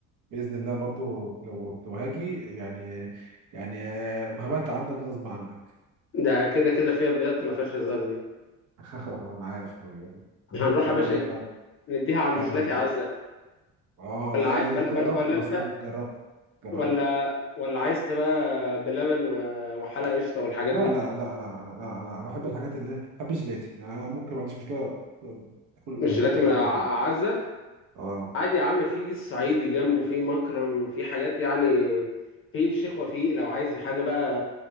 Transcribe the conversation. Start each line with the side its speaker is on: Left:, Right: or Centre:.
Right: باذن الله برضو لو لو هاجي يعني يعني آه، هبات عندك غصب عنك
Left: ده كده كده فيها بيات ما فيهاش هزار دي
Right: <laughs> انا عارف طب
Left: هنروح
Right: اقول
Left: يا باشا
Right: لك طب
Left: نديها عند
Right: كمل
Left: جيلاتي
Right: طب
Left: عزة
Right: اه
Left: ولا عاي...
Right: أنا
Left: ولا,
Right: جربته
Left: ولا ولا
Right: بس
Left: انت
Right: انا جربته جربته
Left: ولا ولا عايز تبقى بلبن و- وحلقة قشطة والحاجات
Right: لا
Left: دي
Right: لا لا لا لا لا لا بحب الحاجات اللي بحب الجيلاتي يعني أنا ممكن ما عنديش مشكله اكل
Left: الجيلاتي
Right: جيلاتي
Left: من
Right: عاوزه
Left: ع-
Right: تاني
Left: عزة
Right: اه
Left: عادي يا عم في الصعيدي جنبه في مكرم في حاجات يعني في الشيخ وفيق لو عايز حاجة بقى